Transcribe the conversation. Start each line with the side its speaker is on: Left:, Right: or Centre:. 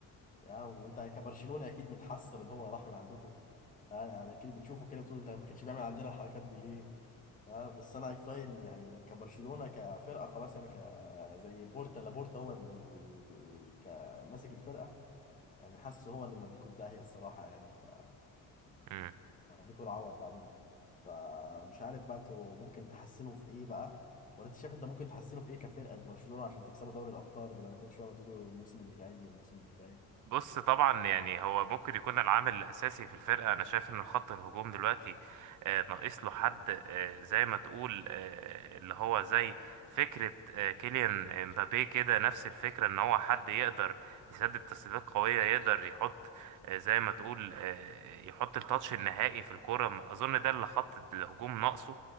Left: يا وانت كبرشلونة اكيد متحسر ان هو راح من عندكم اه يعني اكيد بتشوفه كده بتقول ده ما كانش بيعمل عندنا الحركات دي ليه اه بس انا كفايه إن يعني كبرشلونه كفرقه خلاص يعني ك زي بورتا لابورتا هو ال... كماسك الفرقه يعني حاسه هو اللي موديكوا في داهيه الصراحه يعني ف
Right: <laughs>
Left: عليكوا العوض بقى منه فمش عارف بقى انتوا ممكن تحسنوا في ايه بقى ولا انت شايف انت ممكن تحسنوا في ايه كفرقه برشلونه عشان تكسبوا دوري الابطال بدل كل شويه ما تقولوا الموسم اللي جاي الموسم اللي جاي
Right: بص طبعا يعني هو ممكن يكون العامل الأساسي في الفرقة أنا شايف إن الخط الهجوم دلوقتي آه، ناقص له حد آه، زي ما تقول آه، اللي هو زي فكرة آه، كيليان امبابي كده نفس الفكرة إن هو حد يقدر يسدد تسديدات قوية يقدر يحط آه، زي ما تقول آه، يحط التاتش النهائي في الكرة أظن ده اللي خط الهجوم ناقصه